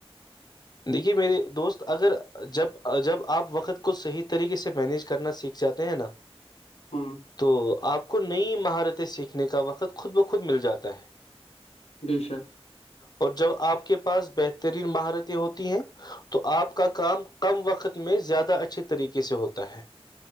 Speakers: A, on the left; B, on the left.
A: دیکھیے میرے دوست اگر جب جب آپ وقت کو صحیح طریقے سے مینج کرنا سیکھ جاتے ہیں نا
B: ہاں
A: تو آپ کو نئی مہارتیں سیکھنے کا وقت خود بخود مل جاتا ہے
B: بیی سر
A: اور جب آپ کے پاس بہترین مہارت ہوتی ہیں تو آپ کا کام کم وقت میں زیادہ اچھے طریقے سے ہوتا ہے